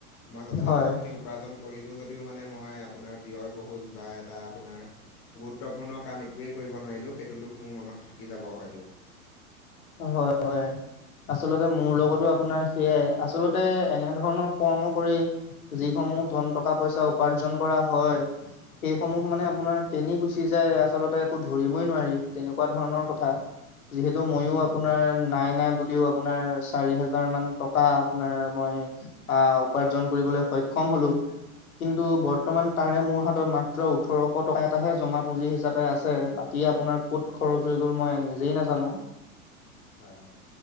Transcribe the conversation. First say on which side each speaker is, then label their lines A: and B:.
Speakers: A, on the left (about 30°); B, on the left (about 70°).
A: মই যথেষ্টখিনি
B: হয়,
A: উপ উপাৰ্জন কৰিলোঁ যদিও মানে মই আপোনাৰ ব্যয়বহুল বা এটা আপোনাৰ গুৰুত্বপূৰ্ণ কাম একোৱেই কৰিব নোৱাৰিলোঁ। সেইটো দুখ মোৰ মনত থাকি যাব হয়তো।
B: হয় হয়। আচলতে মোৰ লগতো আপোনাৰ সেইয়াই, আচলতে এনে ধৰণৰ কৰ্ম কৰি যিসমূহ ধন, টকা-পইছা উপাৰ্জন কৰা হয়। সেইসমূহ মানে আপোনাৰ কেনি গুচি যায় আচলতে একো ধৰিবই নোৱাৰি। তেনেকুৱা ধৰণৰ কথা,
A: হয়
B: যিহেতু মইও
A: হয়
B: আপোনাৰ নাই নাই বুলিও আপোনাৰ চাৰি হাজাৰ মান টকা আপোনাৰ মই আহ উপাৰ্জন কৰিবলৈ সক্ষম হ'লো। কিন্তু
A: হয়
B: বৰ্তমান তাৰে মোৰ হাতত মাত্ৰ ওঠৰশ টকা এটাহে জমা পুঁজি হিচাপে আছে, বাকী আপোনাৰ ক'ত খৰচ হৈ গ'ল মই নিজেই নাজানো।
A: হয় হয়।